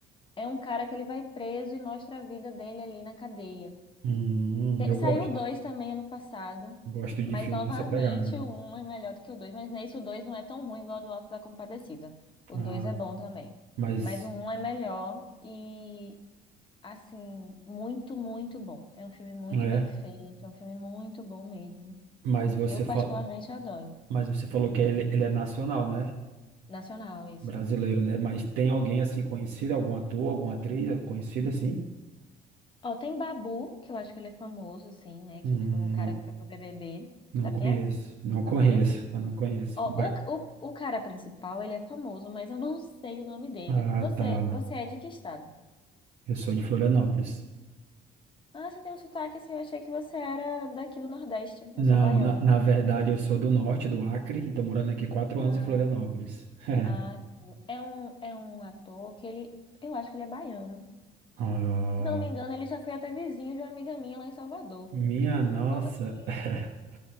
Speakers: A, on the left; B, on the right.
A: é um cara que ele vai preso e mostra a vida dele ali na cadeia.
B: Hum,
A: Tem-
B: eu
A: Saiu
B: gosto,
A: o dois também ano passado,
B: gosto
A: mas
B: de filme
A: novamente
B: nessa pegada.
A: o um é melhor do que o dois, mas nesse o dois não é tão ruim igual ao do Alto da Compadecida. O
B: Ah,
A: dois é bom também,
B: mas
A: mas o um é melhor e, assim, muito, muito bom. É um filme muito
B: é,
A: bem feito, é um filme muito bom mesmo.
B: mas você
A: Eu
B: falou,
A: particularmente adoro.
B: mas você falou que ele, ele é nacional, né?
A: Nacional, isso.
B: Brasileiro, né? Mas tem alguém assim conhecido, algum ator, alguma atriz ah, conhecida assim?
A: Ó, tem Babu, que eu acho que ele é famoso, assim, né?
B: Hum,
A: Que foi um cara
B: não,
A: que foi pro BBB.
B: não
A: Sabe
B: conheço,
A: quem é?
B: não
A: Não
B: conheço,
A: conhece?
B: eu não conheço.
A: Ó,
B: Mas-
A: o, o, o cara principal, ele é famoso, mas eu não sei o nome dele.
B: ah,
A: Você,
B: tá.
A: você é de que estado?
B: Eu sou de Florianópolis.
A: Ah, você tem um sotaque assim, eu achei que você era daqui do Nordeste.
B: Não,
A: Eu sou baiana.
B: na, na verdade eu sou do norte, do Acre, e tô morando aqui quatro
A: Ah,
B: anos em Florianópolis. <laughs>
A: ah, é um, é um ator que ele, eu acho que ele é baiano.
B: Ah,
A: Se não me engano, ele já foi até vizinho de uma amiga minha lá em Salvador.
B: minha nossa.
A: Fala aqui.
B: <laughs>